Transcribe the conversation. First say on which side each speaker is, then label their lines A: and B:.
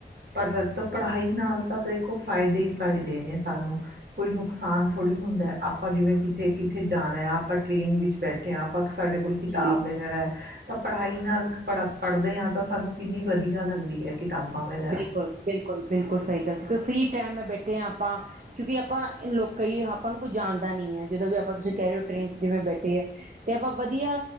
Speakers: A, on the right (about 60°); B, on the right (about 45°).
A: ਪਰ ਪੜ੍ਹਾਈ ਨਾਲ ਤਾਂ ਦੇਖੋ ਫਾਇਦੇ ਹੀ ਫਾਇਦੇ ਨੇ ਸਾਨੂੰ ਕੋਈ ਨੁਕਸਾਨ ਥੋੜ੍ਹੀ ਹੁੰਦਾ ਆਪਾਂ ਜਿਵੇਂ ਕਿਥੇ ਕਿੱਥੇ ਜਾਣਾ ਹੈ ਆਪਾਂ ਟ੍ਰੇਨ ਵਿੱਚ ਬੈਠੇ ਅਧਿਆਪਕ ਸਾਡੇ ਕੋਲ ਕਿਤਾਬ
B: ਜੀ
A: ਵਗੈਰਾ ਤਾਂ ਪੜ੍ਹਾਈ ਨਾਲ ਪੜ੍ਹ ਪੜ੍ਹਦੇ ਹਾਂ ਤਾਂ ਸਾਨੂੰ ਕਿੰਨੀ ਵਧੀਆ ਲੱਗਦੀ ਹੈ। ਕਿਤਾਬਾਂ ਵਿੱਚ
B: ਬਿਲਕੁਲ- ਬਿਲਕੁਲ -ਬਿਲਕੁਲ ਸਹੀ ਗੱਲ ਕਿਉਂਕ ਫਰੀ ਟਾਈਮ ਮੈਂ ਬੈਠੇ ਹਾਂ ਆਪਾਂ ਕਿਉਂਕਿ ਆਪਾਂ ਲੋਕ ਆਪਾਂ ਨੂੰ ਕੋਈ ਜਾਣਦਾ ਨੀ ਹੈ ਜਦੋਂ ਵੀ ਆਪਾਂ ਤੁਸੀਂ ਕਹਿ ਰਹੇ ਹੋ ਟ੍ਰੇਨ 'ਚ ਜਿਵੇਂ ਬੈਠੇ ਹੈ। ਤੇ ਆਪਾਂ ਵਧੀਆ